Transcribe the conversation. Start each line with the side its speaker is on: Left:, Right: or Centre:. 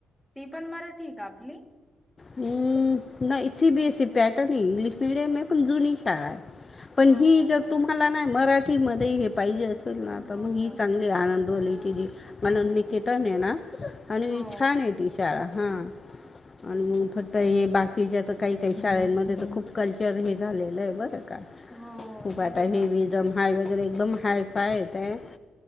Centre: ती पण मला ठीक आहे आपली
Left: हम् ना इी भी ती पण सीबीएससी पॅटर्न ह इंग्लिश मीडिम ह पण जुनी आहे. पण
Centre: हो
Left: ही जर
Centre: हो
Left: तुम्हाला नाही मराठीमध्ये हे पाहिजे असेल ना
Centre: हो
Left: तर मग ही
Centre: हो
Left: चांगली आनंद. कॉलिटीजी
Centre: हो
Left: मण निकेतन
Centre: हो हो
Left: आहे ना आणि
Centre: हो
Left: छान
Centre: हो
Left: आहे ती शाळा. हा आणि मग फक्त हे बाकीच्या तर काही काही शाळांमध्ये तर खूप कल्चर हे. झालेलं आहे बरं का
Centre: हो
Left: खूप
Centre: तेच
Left: आता
Centre: ना
Left: हेवी रम हाय व वगैरे एकदम हाय फाय येत आहे.